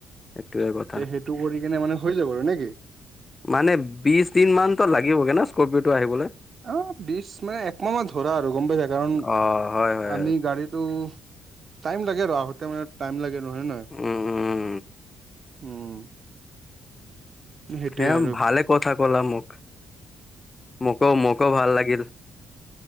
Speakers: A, on the left (about 25°); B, on the right (about 45°).
A: এটোৱে গ'ল।
B: তে সেইটো কৰি কিনে, মানে হৈ যাব আৰু নে কি?
A: মানে বিছ দিন মান টো লাগিবগে ন', স্কৰপিঅ'টো আহিবলে?
B: অ, বিছ মানে একমাহ মা ধৰা আৰু গম পাইছা? কাৰণ
A: অ', হয়, হয়,
B: আমি গাড়ীটো টাইম লাগে আৰু আহোতে মানে টাইম লাগে নহয়। হয়, নহয়?
A: উম, উম,
B: উম। সেইটোয়ে
A: সেয়া
B: আৰু।
A: ভালে কথা ক'লা মোক। মোকো, মোকো ভাল লাগিল।